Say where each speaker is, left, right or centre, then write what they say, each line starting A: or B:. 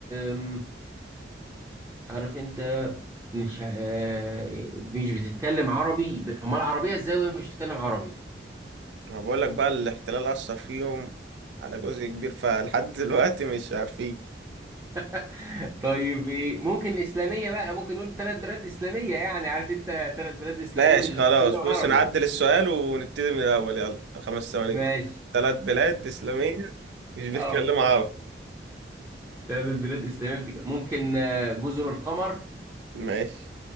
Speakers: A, on the right; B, on the right.
A: آم، عارف أنت مش آه، مش بتتكلم عربي أمال العربية إزاي وهي مش بتتكلم عربي
B: انا بقول لك بقى الاحتلال أثر فيهم على جزء كبير فلحد دلوقتي مش عارفين
A: <laughs> طيب إيه، ممكن إسلامية بقى ممكن نقول ثلاث بلاد إسلامية يعني عارف أنت ثلاث بلاد إسلامية
B: ماشي
A: مش
B: خلاص
A: بتتكلم
B: بص
A: عربي
B: نعدل السؤال ونبتدي من الأول يلا خمس ثواني
A: ماشي
B: كده ثلاث بلاد إسلامية مش بيتكلموا
A: اه
B: عربي
A: ثلاث بلاد إسلامية بتك... ممكن آه، جزر القمر
B: ماشي